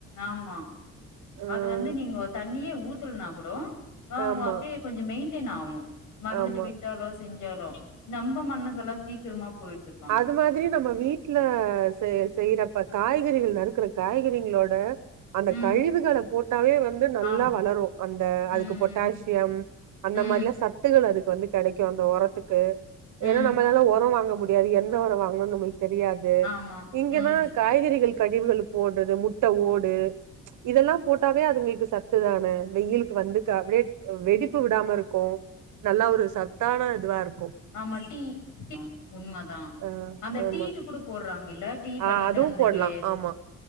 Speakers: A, on the left (about 75°); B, on the right (about 80°).
A: ஆமா
B: ம்
A: அது வந்து நீங்க தண்ணியே ஊத்தலனா கூட ஆ
B: ஆமா
A: அப்டியே கொஞ்ச மெயின்டெய்ன் ஆகு மறந்துட்டு
B: ஆமா
A: விட்டாலோ செஞ்சாலு நம்ப மண்ணுக்கெல்லா சீக்கிரமா போயிருதுக்கா
B: அந்த மாதிரி நம்ம வீட்டுல செய்ய செய்யறப்ப காய்கறிகள் நறுக்கற காய்கறிகளோட அந்த
A: ம்
B: கழிவுகள போட்டாவே வந்து நல்லா
A: ஆம்
B: வளரு அந்த
A: ம்
B: அதுக்கு பொட்டாசியம்
A: ம்
B: அந்த
A: ம்
B: மாரிலா சத்துகள் அதுக்கு வந்து கெடைக்கு அந்த ஒரத்துக்கு ஏன்னா
A: ம்
B: நம்மநால ஒரோ வாங்க முடியாது எந்த ஒரோ வாங்கணுன் நம்மளுக் தெரியாது
A: ஆமா
B: இங்கன்னா
A: ம்
B: காய்கறிகள் கழிவுகள் போடுறது முட்ட ஓடு இதெல்லா போட்டாவே அதுங்களுக்கு சத்து தானே வெயிலுக்கு வந்துக் அப்டியே வெடிப்பு உடாம இருக்கு நல்லா ஒரு சத்தான இதுவா இருக்கு
A: ஆமா டீ அ உண்மதா
B: ஆ
A: அந்த
B: ஆமா
A: டீது கூட போற்றாங்கல்ல டீ
B: ஆ
A: பண்ணிட்டு
B: அதுவு
A: அந்த
B: போடலா
A: ஒரு
B: ஆமா